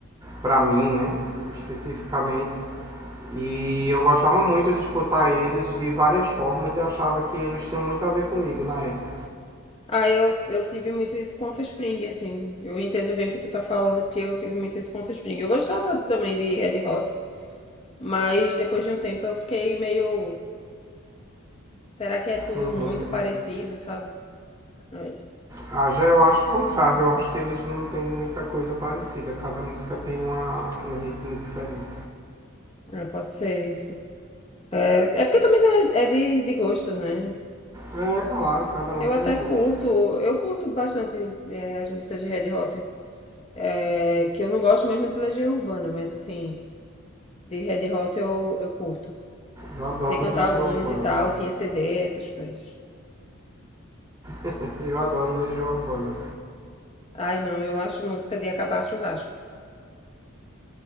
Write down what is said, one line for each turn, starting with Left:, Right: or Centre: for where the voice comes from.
Right: pra mim, né? Especificamente. E eu gostava muito de escutar eles de várias formas e achava que eles tinham muito a ver comigo na época.
Left: Ah, eu, eu tive muito isso com a Offspring, assim. Eu entendo bem o que tu tá falando, porque eu tive muito isso com a Offspring. Eu gostava também de Red Hot, mas depois de um tempo eu fiquei meio. Será que é tudo
Right: Uhum.
Left: muito parecido, sabe? É,
Right: Ah, já eu acho o contrário. Eu acho que eles não têm muita coisa parecida. Cada música tem uma, um ritmo diferente.
Left: é, pode ser isso. É, é porque também né, é de, de gosto, né?
Right: É, claro, cada um
Left: Eu
Right: tem
Left: até
Right: um gosto.
Left: curto, eu curto bastante é, as músicas de Red Hot. É, que eu não gosto mesmo de Legião Urbana, mas assim, de Red Hot eu, eu curto.
Right: Eu adoro
Left: Sei cantar
Right: Legião
Left: algumas
Right: Urbana.
Left: e tal, tinha CD, essas coisas.
Right: <laughs> Eu adoro Legião Urbana.
Left: Ai, não, eu acho música de acabar churrasco.